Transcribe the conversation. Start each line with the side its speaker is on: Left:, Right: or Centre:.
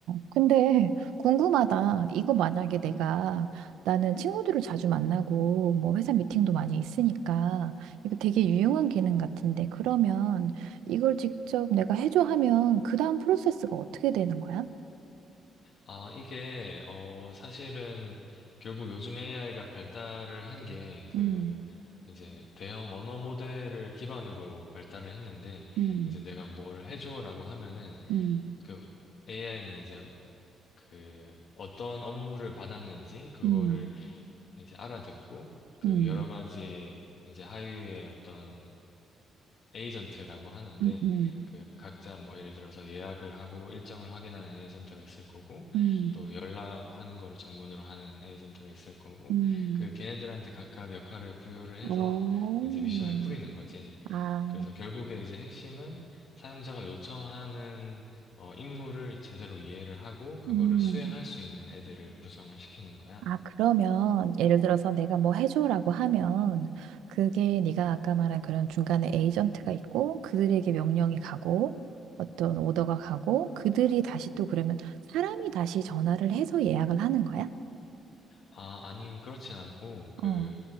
Right: 근데 <laughs> 궁금하다. 이거 만약에 내가 나는 친구들을 자주 만나고 뭐 회사 미팅도 많이 있으니까 이거 되게 유용한 기능 같은데 그러면 이걸 직접 내가 해줘 하면 그 다음 프로세스가 어떻게 되는 거야?
Left: 아, 이게, 어, 사실은 결국 요즘 AI가 발달을 한 게, 그,
Right: 음,
Left: 이제 대형 언어 모델을 기반으로 발달을 했는데,
Right: 음,
Left: 이제 내가 뭐를 해줘라고 하면은,
Right: 음,
Left: 그 AI는 이제 그 어떤 업무를 받았는지, 그거를
Right: 음,
Left: 이제 알아듣고, 그
Right: 음,
Left: 여러 가지 이제 하위의 어떤 에이전트라고 하는데
Right: 음, 음,
Left: 그 각자 뭐 예를 들어서 예약을 하고 일정을 확인하는 에이전트가 있을 거고
Right: 음,
Left: 또 연락하는 거를 전문으로 하는 에이전트가 있을 거고
Right: 음.
Left: 그 걔네들한테 각각 역할을 부여를 해서
Right: 오,
Left: 이제 미션을 뿌리는 거지.
Right: 아,
Left: 그래서 결국에 이제 핵심은 사용자가 요청하는 어, 임무를 제대로 이해를 하고 그거를
Right: 음.
Left: 수행할 수 있는 애들을 구성을 시키는 거야.
Right: 아, 그러면 예를 들어서 내가 뭐 해줘라고 하면 그게 네가 아까 말한 그런 중간에 에이전트가 있고 그들에게 명령이 가고 어떤 오더가 가고 그들이 다시 또 그러면 사람이 다시 전화를 해서 예약을 하는 거야?
Left: 아, 아니, 그렇진 않고, 그,
Right: 어.